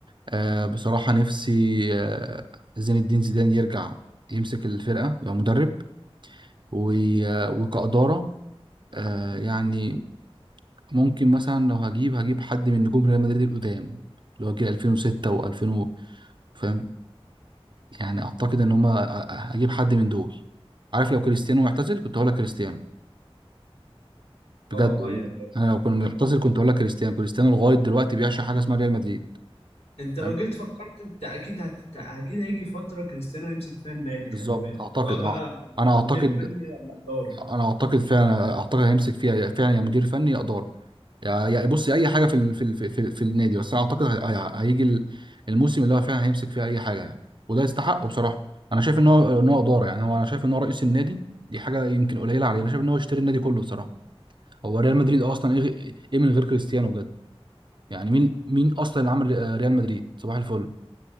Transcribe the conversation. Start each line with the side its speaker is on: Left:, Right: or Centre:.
Right: آه بصراحة نفسي آه زين الدين زيدان يرجع يمسك الفرقة يبقى مدرب و... آه، وكإدارة آه يعني ممكن مثلا لو هجيب هجيب حد من نجوم ريال مدريد القدام اللي هو جه 2006 و2000 فاهم يعني اعتقد ان هما أ- أ- اجيب حد من دول عارف لو كريستيانو معتزل كنت هقول لك كريستيانو بجد
Left: اه
Right: والله
Left: ايوه أيوة،
Right: انا لو كان معتزل
Left: اكيد طبعا
Right: كنت هقول لك كريستيانو كريستيانو لغايه دلوقتي بيعشق حاجه اسمها ريال مدريد
Left: انت لو
Right: فاهم
Left: جيت فكرت انت اكيد هت... اكيد هيجي فتره كريستيانو هيمسك فيها النادي خلي
Right: بالظبط
Left: بالك
Right: اعتقد
Left: سواء بقى
Right: اه انا
Left: مدير
Right: اعتقد
Left: فني ولا اداره
Right: انا اعتقد فعلا اعتقد هيمسك فيها فعلا يا مدير فني يا اداره يا يا- بص يا اي حاجه في ال- في ال- في, في, في النادي بس انا اعتقد هي- هي- هيجي ال- الموسم اللي هو فعلا هيمسك فيه اي حاجه يعني وده يستحقه بصراحه انا شايف ان هو ان هو اداره يعني هو انا شايف ان هو رئيس النادي دي حاجه يمكن قليله عليه انا شايف ان هو يشتري النادي كله بصراحه هو ريال مدريد اصلا ايه ايه من غير كريستيانو بجد يعني مين مين اصلا اللي عمل ري- ريال مدريد صباح الفل